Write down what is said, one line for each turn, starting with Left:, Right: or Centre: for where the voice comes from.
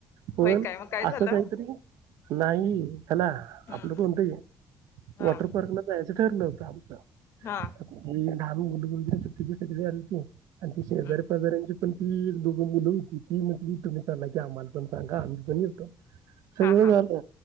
Right: पण
Left: होय काय मग काय झालं
Right: असं काहीतरी नाही खला
Left: हम्म
Right: आपलं कोण ते वॉटर
Left: हा
Right: पार्क ला जायाचं ठरलं होतं आमच.
Left: हा.
Right: आणि लहान मूलं कोणतरी सुट्टीसाठी आलीत कणी आणि ती शेजारी
Left: हम्म
Right: पाजाऱ्यांची पण ती दोघ मुलं होती ती म्हणली, तुम्ही चालला की आम्हाला पण सांगा आम्ही पण येतो. सगळं
Left: हा हा
Right: झालं